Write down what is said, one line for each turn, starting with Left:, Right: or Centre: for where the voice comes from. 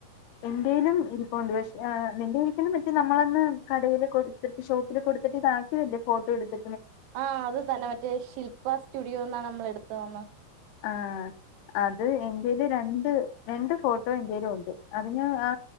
Left: എന്റെലും ഇരിപ്പുണ്ട് പഷ് ആ നിന്റെ ഇരിക്കണ മറ്റേ നമ്മളന്ന് കടെല് കൊടുത്തിട്ട് ഷോപ്പില് കൊടുത്തിട്ട് ഇതാക്കിയതല്ലേ ഫോട്ടോ എടുത്ത്
Right: ആ അത് തന്നെ മറ്റേ ശില്പ സ്റ്റുഡിയോന്നാണ് നമ്മളെടുത്തതന്ന്
Left: ആ അത് എന്റെല് രണ്ട് രണ്ട് ഫോട്ടോ എന്റെല് ഒണ്ട് അത് ഞ ആ